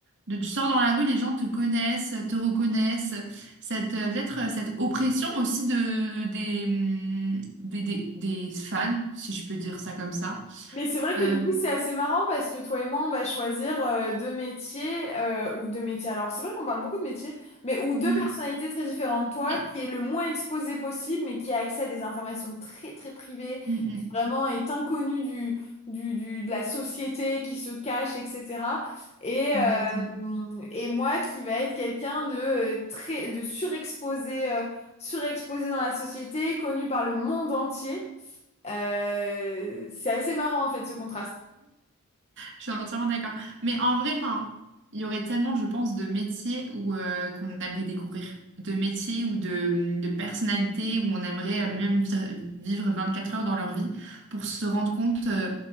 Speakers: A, on the right; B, on the left.
A: de tu sors dans la rue, les gens te connaissent, te reconnaissent. Cette, euh, peut-être euh, cette oppression aussi de, des, hum, des, des, des fans, si je peux dire ça comme ça.
B: Mais c'est vrai que
A: Euh,
B: du coup, c'est assez marrant parce que toi et moi, on va choisir euh, deux métiers euh, ou deux métiers. Alors, c'est vrai qu'on parle beaucoup de métiers, mais ou deux
A: mm,
B: personnalités très différentes. Toi,
A: oui,
B: qui est le moins exposé possible, mais qui a accès à des informations très, très privées,
A: mm,
B: qui vraiment est inconnue du, du, du- de la société, qui se cache, etc. Et, euh,
A: mm, exactement.
B: et moi, qui va être quelqu'un de euh, très, de surexposé, euh, surexposé dans la société, connu par le monde entier. Euh, c'est assez marrant en fait ce contraste.
A: Je suis entièrement d'accord. Mais en vrai, enfin, il y aurait tellement, je pense, de métiers où euh, qu'on aimerait découvrir, de métiers ou de, de personnalités où on aimerait euh, même vi- vivre quatre heures dans leur vie pour se rendre compte euh,